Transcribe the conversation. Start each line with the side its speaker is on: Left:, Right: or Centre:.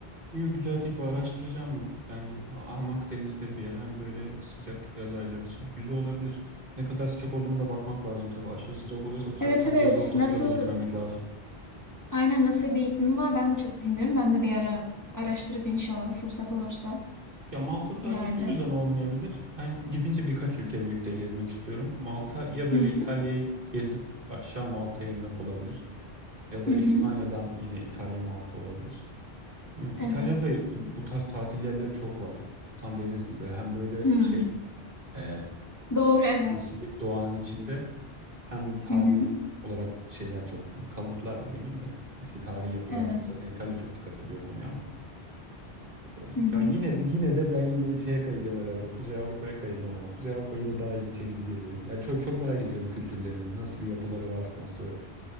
Right: Yo, güzel teklif araştıracağım bunu. Yani A- hem Akdeniz'de bir yer hem böyle sıcak yaz ayları için güzel olabilir. Ne kadar sıcak olduğuna da bakmak lazım tabii. Aşırı sıcak oluyorsa bu sefer
Left: Evet
Right: tam
Left: evet.
Right: yazın ortasında
Left: Nasıl
Right: da gitmemek lazım.
Left: aynen nasıl bir iklimi var ben de çok bilmiyorum. Ben de bir ara araştırıp inşallah fırsat olursa
Right: Ya Malta sadece
Left: ileride.
Right: şu yüzden olmayabilir. Ben gidince birkaç ülke birlikte gezmek istiyorum. Malta ya böyle
Left: Hı hı.
Right: İtalya'yı gezip aşağı Malta'ya inmek olabilir. Ya da
Left: Hı
Right: İspanya'dan
Left: hı.
Right: yine İtalya Malta olabilir. Bilmiyorum.
Left: Evet.
Right: İtalya'da bu tarz tatil yerleri çok var. Tam dediğiniz gibi hem böyle
Left: Hı.
Right: şey Ee,
Left: Doğru evet.
Right: yeşillik doğanın içinde hem de tarihi
Left: Hı hı.
Right: olarak şeyler çok hani kalıntılar da demeyeyim de eski tarihi yapılar
Left: Evet.
Right: çok zaten İtalya çok dikkat ediyor o konuya ama Ee,
Left: Hı hı.
Right: ya yine yine de ben yine şeye kayacağım herhalde Kuzey Avrupa'ya kayacağım ama Kuzey Avrupa yine daha ilgi çekici geliyor. Yani çok çok merak ediyorum kültürlerini nasıl bir yapıları var nasıl